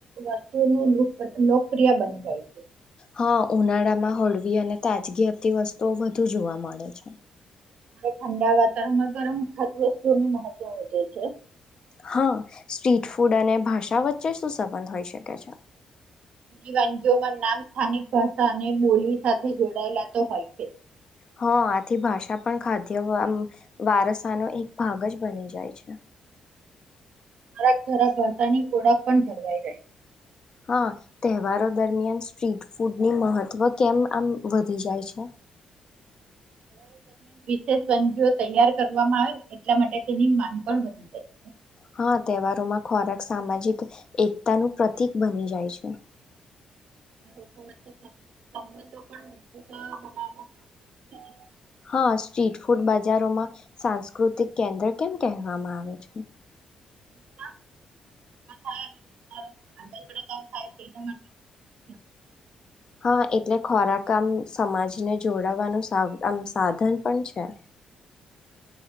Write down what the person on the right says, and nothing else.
વસ્તુઓનું લુક લોકપ્રિય બની જાય છે.
મારે ઠંડા વાતાવરણમાં ગરમ ખાત્ય વસ્તુઓ નું મહત્વ વધે છે.
ની વાનગીઓમાં નામ સ્થાનિક ભાષા અને બોલી સાથે જોડાયેલા તો હોય છે.
જરાક જરાક ભાષાની ઓળખ પણ જરવાઈ રહે.
સગીઓ તૈયાર કરવામાં આવે ને એટલા માટે તેની માંગ પણ વધી જાય છે.
<unintelligible>
<inaudible>